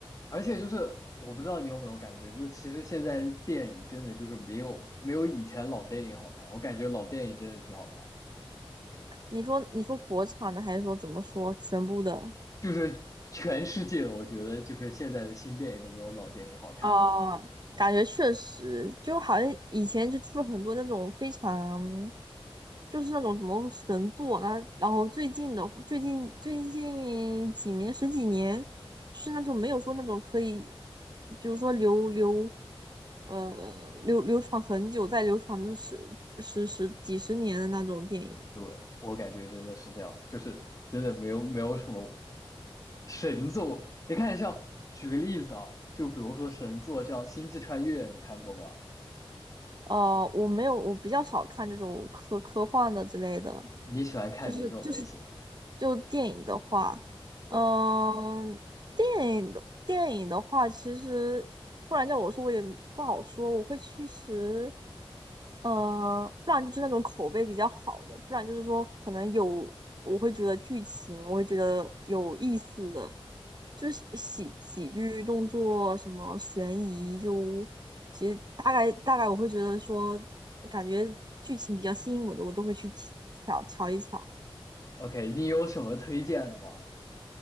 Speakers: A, on the left (about 35°); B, on the right (about 45°).
A: 而且就是我不知道你有没有感觉，就其实现在电影真的就是没有没有以前老电影好看，我感觉老电影真的挺好看，
B: 你说你说国产的还是说怎么说全部的？
A: 就是全世界我觉得就是现在的新电影都没有老电影好看，
B: 哦，感觉确实，就好像以前就出了很多那种非常，就是那种什么神作啊，然后然后最近的最近最近几年十几年是那种没有说那种可以，比如说流流，呃流流传很久再流传的十十十几十年的那种电影。
A: 对，我感觉真的是这样，就是真的没有没有什么神作，你看像举个例子啊，就比如说神作像《星际穿越》，你看过吗？
B: 哦，我没有，我比较少看这种科科幻的之类的，
A: 你喜欢看哪种类型？
B: 就是就是就电影的话，嗯、
A: 对。
B: 电影的电影的话，其实不然叫我说我也不好说，我会其实，嗯，不然就是那种口碑比较好的，不然就是说可能有我会觉得剧情我会觉得有意思的，就是喜喜剧、动作、什么悬疑，就其实大概大概我会觉得说，感觉剧情比较吸引我的，我都会去瞧瞧一瞧。
A: OK，你有什么推荐的吗